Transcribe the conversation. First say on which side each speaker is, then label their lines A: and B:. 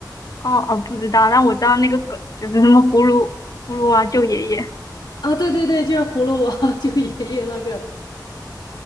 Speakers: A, on the left; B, on the left.
A: 哦哦，不知道，但我知道那个梗就是什么葫芦葫芦娃救爷爷，
B: 啊？对对对，就是葫芦娃，<laughs> 就爷爷那个。